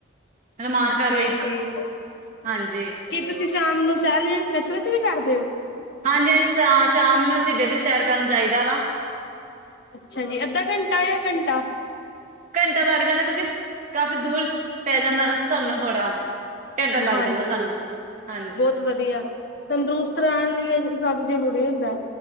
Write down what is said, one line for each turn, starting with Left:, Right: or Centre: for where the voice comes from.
Right: ਰਮਾਨ
Left: ਅੱਛਾ
Right: ਕਰ ਲਈਦਾ
Left: ਇਹ ਠ
Right: ਹਾਂਜੀ
Left: ਕੀ ਤੁਸੀਂ ਸ਼ਾਮ ਨੂੰ ਸਹਿਾਰ ਕਸਰਤ ਵੀ ਕਰਦੇ ਹੋ।
Right: ਹਾਂਜੀ ਹਾਂਜੀ ਸ਼ਾਮ ਨੂੰ ਅਸੀਂ ਡੇਲੀ ਸੈਰ ਕਰਨ ਚਾਹੀਦਾ ਵਾ।
Left: ਅੱਛਾ ਜੀ ਅੱਧਾ ਘੰਟਾ ਜਾਂ ਘੰਟਾ।
Right: ਘੰਟਾ ਲੱਗ ਜਾਂਦਾ ਕਿਉਂਕਿ, ਕਾਫ਼ੀ ਦੂਰ ਪੈ ਜਾਂਦਾ ਨਾ। ਸਾਨੂੰ ਥੋੜਾ, ਘੰਟਾ ਲੱਗ
Left: ਹਾਂਜੀ,
Right: ਜਾਂਦਾ ਸਾਨੂੰ ਹਾਂਜੀ।
Left: ਵਧੀਆ ਤੰਦਰੁਸਤ ਰਹਿਣ ਲਈ ਸਭ ਜ਼ਰੂਰੀ ਹੁੰਦਾ।